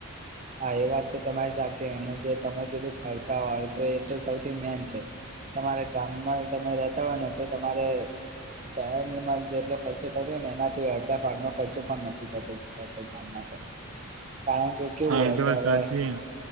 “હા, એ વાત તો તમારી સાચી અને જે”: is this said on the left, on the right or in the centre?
Right